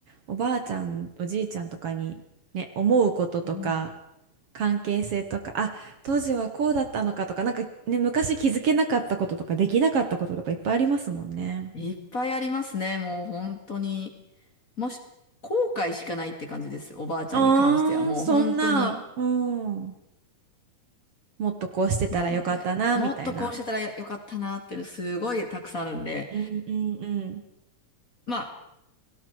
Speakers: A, on the right (about 55°); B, on the left (about 30°).
A: おばあちゃん、おじいちゃんとかにね、思うこととか、
B: うん
A: 関係性とか、あ、当時はこうだったのかとか、なんかね、昔気づけなかったこととか、できなかったこととかいっぱいありますもんね。
B: いっぱいありますね、もう本当に。もし、後悔しかないって感じです、おばあちゃんに関しては。
A: ああ、
B: もう本当に。
A: そんな、うん。もっとこうしてたらよかったな、
B: なので、もっとこうしてたらよよかったなっていうのすごいたくさんあるんで、
A: みたいな。うんうんうん。
B: まあ、